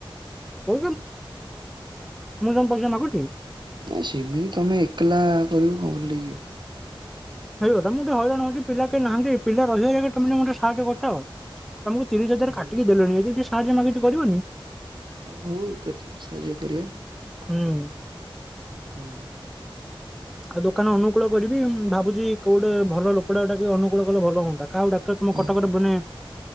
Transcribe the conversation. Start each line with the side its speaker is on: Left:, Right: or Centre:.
Centre: <unintelligible> ମୁଁ କଣ ପଇସା ମାଗୁଚି।
Right: ନାଇଁ ସେମିତି ତମେ ଏକଲା କରିବୁ କଣ ଭଲ ଲାଗିବ।
Centre: ହେଇକଥା ମୁଁ ଟିକେ ହଇରାଣ ହଉଚି ପିଲା କେହି ନାହାନ୍ତି ପିଲା ରହିବ ତମେ <unintelligible> ସାହାଯ୍ୟ କରିଥାଅ। ତମକୁ ତିରିଶ୍ ହଜାର
Right: ଅ ହଉ
Centre: କାଟିକି ଦେଲିଣି ଯଦି ଟିକେ ସାହାଯ୍ୟ ମାଗିଚି କରିବନି।
Right: ଆଉ <unintelligible>
Centre: ହୁଁ।
Right: ହୁଁ।
Centre: ଆଉ ଦୋକାନ ଅନୁକୂଳ କରିବି, ଭାବୁଛି କୋଉଟେ ଭଲ ଲୋକଟାକେ ଡାକି ଅନୁକୂଳ କଲେ ଭଲ ହୁଅନ୍ତା। କାହାକୁ ଡାକିଲେ ତମ
Right: ହଁ
Centre: କଟକରେ ବନେ।